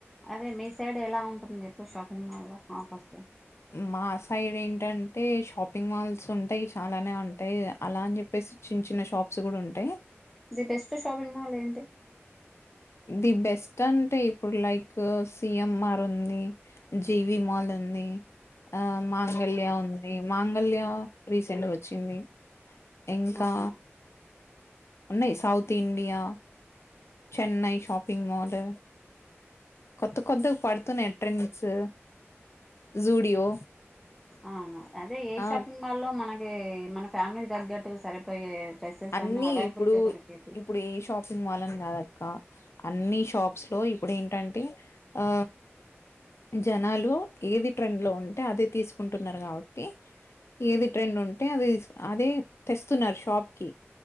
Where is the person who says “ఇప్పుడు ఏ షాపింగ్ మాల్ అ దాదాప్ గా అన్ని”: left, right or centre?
Left